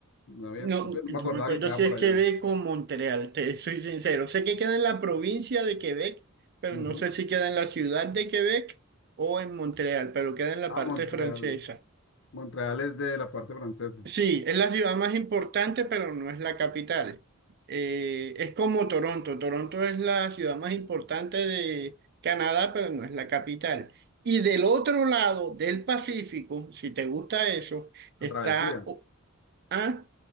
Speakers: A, on the left; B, on the right.
A: No había,
B: No,
A: pues, no
B: no
A: me acordaba
B: me acuerdo
A: que quedaba
B: si
A: por
B: es
A: allá.
B: Quebec o Montreal, te soy sincero. Sé que queda en la provincia de Quebec, pero
A: Ujú.
B: no sé si queda en la ciudad de Quebec o en Montreal, pero queda en la
A: Ah,
B: parte
A: Montreal.
B: francesa.
A: Montreal es de la parte francesa.
B: Sí, es la ciudad más importante, pero no es la capital. Eh, es como Toronto. Toronto es la ciudad más importante de Canadá, pero no es la capital. Y del otro lado del Pacífico, si te gusta eso, está...
A: La travesía.
B: ¿Ah?